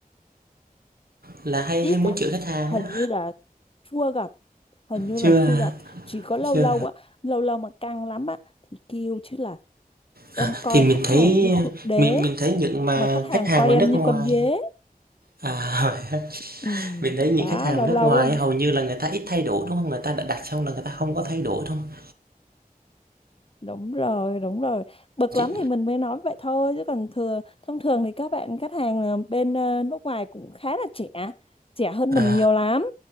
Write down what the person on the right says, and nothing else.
là hay
hay muốn
chửi khách hàng
á
chưa
à,
chưa
À,
thì mình
thấy
mình mình thấy những mà
khách hàng
ở
nước ngoài
à, hỏi <laughs>
mình thấy những
khách hàng
ở nước
ngoài
hầu như là người ta ít thay đổi đúng không? Người ta đã đặt xong là người ta không có thay đổi đúng không?
Chị,
à,